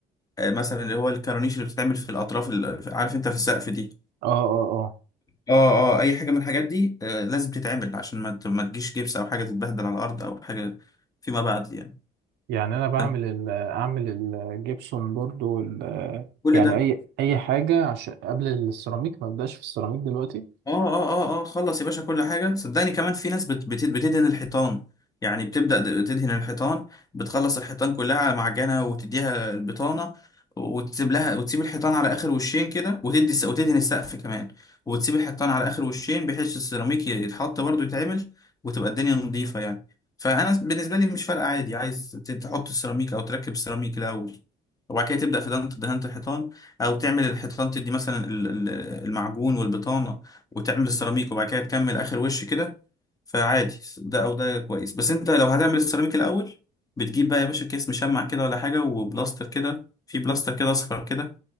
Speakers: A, on the left (about 20°); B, on the right (about 85°).
A: مثلا اللي هو الكورنيش اللي بتتعمل في الأطراف ال- عارف أنت في السقف دي
B: اه اه اه
A: اه اه أي حاجة من الحاجات دي آه، لازم تتعمل عشان ما ت- ما تجيش جبس أو حاجة تتبهدل على الأرض أو حاجة فيما بعد يعني
B: يعني انا بعمل
A: فأنت
B: ال اعمل الجبسون بورد وال
A: كل
B: يعني
A: ده
B: اي اي حاجه عشان قبل السيراميك ما ابداش في السيراميك دلوقتي
A: اه اه اه اه خلص يا باشا كل حاجة صدقني كمان في ناس بت بت بتدهن الحيطان يعني بتبدأ د- تدهن الحيطان بتخلص الحيطان كلها معجنة وتديها البطانة وتسيب لها وتسيب الحيطان على آخر وشين كده وتدي الس- وتدهن السقف كمان وتسيب الحيطان على آخر وشين بحيث السيراميك ي- يتحط برضه يتعمل وتبقى الدنيا نظيفة يعني فأنا بالنسبة لي مش فارقة عادي عايز ت- تحط السيراميك أو تركب السيراميك الأول وبعد كده تبدأ في دهنة دهنة الحيطان أو تعمل الحيطان تدي مثلا ال- ال- المعجون والبطانة وتعمل السيراميك وبعد كده تكمل اخر وش كده فعادي ده او ده كويس بس انت لو هتعمل السيراميك الاول بتجيب بقى يا باشا كيس مشمع كده ولا حاجه وبلاستر كده في بلاستر كده اصفر كده